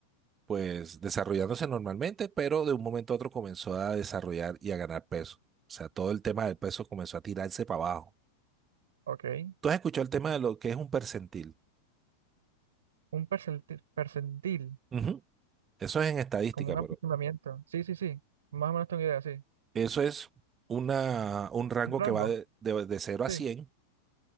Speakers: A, on the right; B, on the right.
A: pues desarrollándose normalmente, pero de un momento a otro comenzó a desarrollar y a ganar peso. O sea, todo el tema del peso comenzó a tirarse para abajo.
B: ok.
A: ¿Tú has escuchado el tema de lo que es un percentil?
B: Un percentil, percentil,
A: Ujú. Eso es en estadística,
B: como un
A: pero
B: aproximamiento. Sí, sí, sí. Más o menos tengo idea, sí.
A: Eso es una, un rango
B: Un rango.
A: que va de, de, de 0
B: Sí,
A: a cien